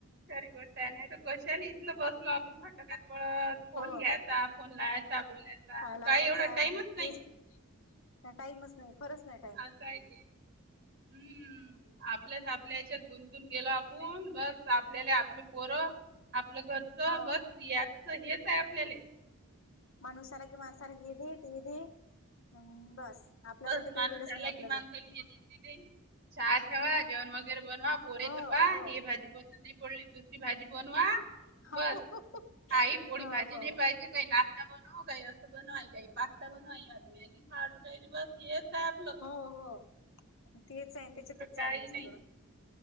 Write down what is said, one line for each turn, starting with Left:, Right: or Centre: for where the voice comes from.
Right: खरी गोष्ट आहे नाहीतर कशाला इथल बसलो आपण पळत फोन
Left: हो
Right: घ्यायचा- फोन लायचा बोलायचा
Left: लाव्याचा
Right: काही एवढा टाइमच नायी.
Left: <inaudible> टाईमच नाही खरंच नाही
Right: आसा आहे ते. हुं
Left: टाईम
Right: आपल्याच आपल्या ह्याच्यात गुंतून गेलो आपूण बस आपल्याला आपलं- पोरं आपलं घरचं
Left: हो
Right: बस याच हेच आहे आपलेले.
Left: माणूसा आला कि माणसाला हे दे ते दे म् बस! आपल्यासाठी
Right: बस
Left: काही
Right: माणूस
Left: वेळच
Right: अला
Left: नाही आपल्या
Right: कि मानसला
Left: जवळ
Right: हे दे ती दे. चहा ठेवा जेवण वगैरे बनवा पोरेसपा
Left: हो हो
Right: हे भाजी प ती बोलली दुसरी भाजी बनवा,
Left: हो
Right: बस आई पोळी भाजी
Left: हो
Right: नाही पाहिजे. आई नाश्ता बनव, काही असं बनव, आई पास्ता बनवा मॅगी खात राहिली बग एकच
Left: हो -हो तेच आहे त्याच्यातचं
Right: दुसरं
Left: चाललं
Right: काही
Left: सगळं.
Right: नाही